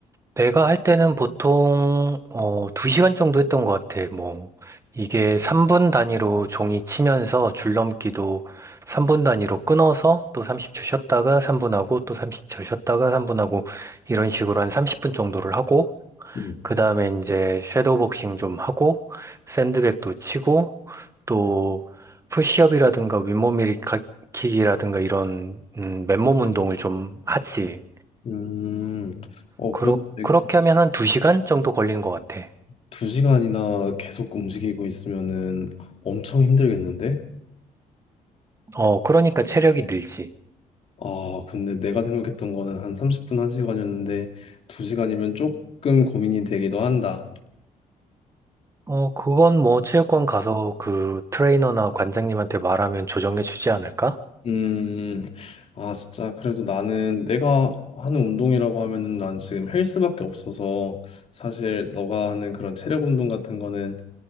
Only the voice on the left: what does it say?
음.
음, 어,
그래도 되게
두 시간이나 계속 움직이고 있으면은 엄청 힘들겠는데?
아, 근데 내가 생각했던 거는 한 30분, 1시간이었는데 2시간이면 조금 고민이 되기도 한다.
음, 아, 진짜 그래도 나는 내가 하는 운동이라고 하면은 난 지금 헬스밖에 없어서 사실 너가 하는 그런 체력 운동 같은 거는